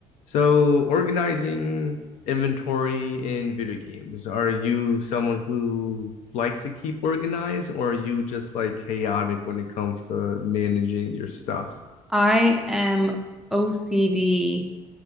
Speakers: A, on the left (about 70°); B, in the centre.
A: So, organizing inventory in video games, are you someone who likes to keep organized, or are you just like chaotic when it comes to managing your stuff?
B: I am OCD